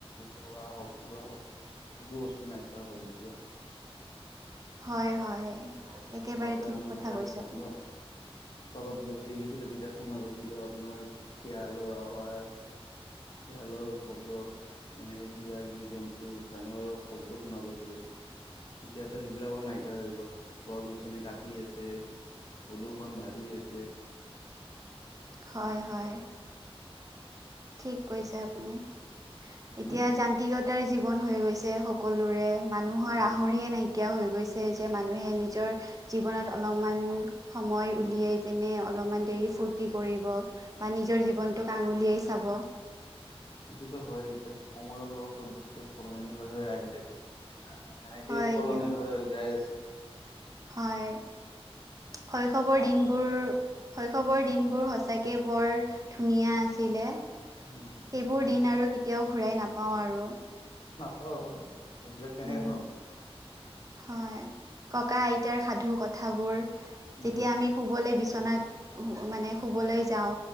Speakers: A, on the left; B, on the right.
A: তৰা হওঁক কিবা হওঁক একো বস্তু নাইকিয়া হ'ল এতিয়া।
B: <unintelligible> হয়, হয়, একেবাৰে
A: আগতে
B: ঠিক
A: আমি
B: কথা
A: যেতিয়া
B: কৈছে,
A: পথাৰ
B: আপুনি।
A: চোতালত বহি থাকি। যেতিয়া তেতিয়া শুনা পাইছিলোঁ আপোনাৰ শিয়ালৰ আৱাজ। শিয়ালৰ শব্দ এনেকে কিবা কিবি জন্তু জানোৱাৰো শব্দ। শুনা পাইছিলোঁ। এতিয়াতো সেইবিলাকো নাইকিয়া হৈ গ'ল। গছ গছনি কাটি আছে, প্ৰদূষন বাঢ়ি আছে।
B: হয়, হয়।
A: উম।
B: ঠিক কৈছে আপুনি এতিয়া
A: হম
B: যান্তিকত তাৰ জীৱন হৈ গৈছে সকলোৰে মানুহৰ
A: উম
B: আহৰিয়ে নাইকিয়া কিয়া হৈ গৈছে যে মানুহে নিজৰ জীৱনত অলপমান। সময় উলিয়াই পিনে অলপমান দেৰি ফূৰ্তি কৰিব বা নিজৰ জীৱনতোক আঙলিয়াই। চাব।
A: সেইটোতো হয়, এতিয়া সময়ৰ লগত চ'ব বস্তু সলনি হৈ হৈ আহি থাকে। সেনেকেই
B: হয়
A: সলনি
B: দিয়ক
A: হৈ হৈ যাই আছে।
B: হয় শৈশৱৰ দিনবোৰ।
A: আহ
B: শৈশৱৰ দিনবোৰ সচাকে বৰ ধুনীয়া আছিলে। সেইবোৰ
A: উম আম
B: দিন আৰু কেতিয়াও ঘূৰাই নাপাওঁ আৰু।
A: অ'সেইবিলাক কেনেকে
B: উম
A: পাব।
B: হয়, ককা-আইতাৰ সাধু কথাবোৰ যেতিয়া
A: উম
B: আমি শুবলৈ বিচাৰো। বিচৰনাত মানে শুবলৈ যাওঁ